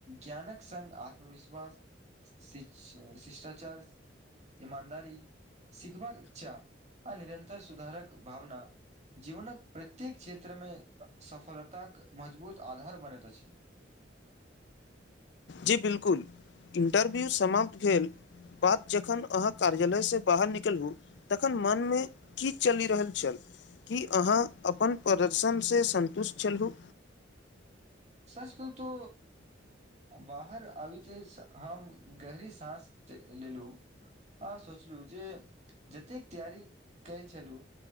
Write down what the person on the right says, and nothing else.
ज्ञानक संग आत्मविश्वास शिच शिष्टाचार ईमानदारी सिगबाक इच्छा आ निरन्तर सुधारक भावना। जीवनक प्रत्येक क्षेत्रमे सफलताक मजबूत आधार बनैत अछि।
सच कहू तो बाहर आबीते हम गहरी साँस लेलहुँ आओर सोचलू जे जतेक तैयारी के छलू